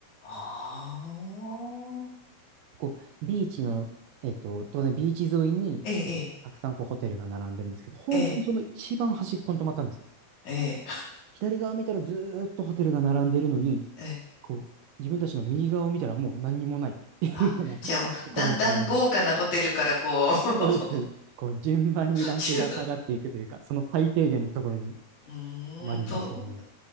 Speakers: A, on the left (about 60°); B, on the right (about 80°).
A: ああ、
B: こう、ビーチの、えっと、当然ビーチ沿いに、
A: ええ、
B: こう、
A: ええ。
B: たくさんこうホテルが並んでるんですけど、本当にその一番端っこに泊まったんですね。
A: ええ、ええ、
B: 左側見たらずーっとホテルが並んでるのに、
A: ええ。
B: こう、自分たちの右側を見たらもう何にもないっていうような
A: あ、じゃあもう、
B: <laughs> ところに泊まりました。
A: だんだん豪華なホテルからこう <laughs>
B: そうです。こう、順番にランクが下がっていくというか、
A: ちゅ
B: その最低限のところに
A: うーんと、
B: 泊まりましたね。